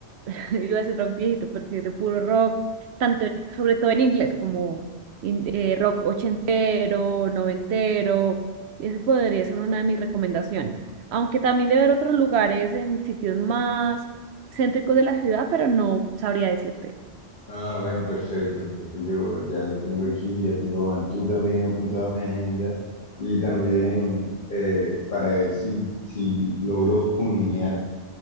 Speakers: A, on the right; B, on the left.
A: <laughs> iba a decir rock viejito, pero sí, de puro rock, tanto en- sobre todo en inglés, como in- eh, rock ochentero, noventero, y ese podría ser una de mis recomendaciones. Aunque también debe haber otros lugares en sitios más céntricos de la ciudad, pero no sabría decirte.
B: Ah, bueno, perfecto. Entonces yo ya lo tengo aquí, ya tengo a Bantú también apuntado a mi agenda y también eh, para ver si, si logro juninear